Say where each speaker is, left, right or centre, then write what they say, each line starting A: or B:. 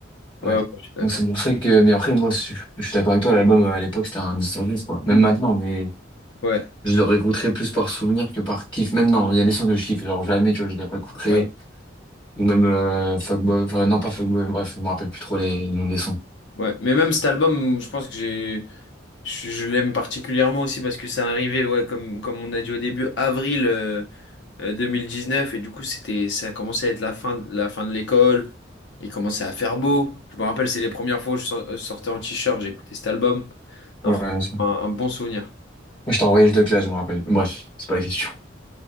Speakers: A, on the left (about 25°); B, on the left (about 65°).
A: Ouais.
B: ouais, ouais, je suis d'accord.
A: Donc c'est pour ça que. Mais après, moi, je, je suis d'accord avec toi, l'album euh, à l'époque, c'était un 10 sur 10, quoi.
B: Mm.
A: Même maintenant, mais
B: Ouais,
A: je le réécouterai plus par souvenir que par kiff. Même non, il y a des sons que je kiffe, genre jamais, tu vois, je les réécouterai.
B: ouais,
A: Ou même euh, Fuckboy, enfin, non, pas Fuckboy, bref, je me rappelle plus trop les, les noms des sons.
B: ouais. Mais même cet album, je pense que j'ai. Je, je l'aime particulièrement aussi parce que ça arrivait, ouais, comme, comme on a dit au début, avril euh, euh, 2019, et du coup, c'était, ça commençait à être la fin, la fin de l'école, il commençait à faire beau. Je me rappelle, c'est les premières fois où je sor- euh, sortais en t-shirt, j'écoutais cet album. Non,
A: Ouais,
B: franchement,
A: ouais, c'est bon.
B: un, un bon souvenir.
A: Moi, je t'ai envoyé de classe, je me rappelle. Bref, c'est pas la question.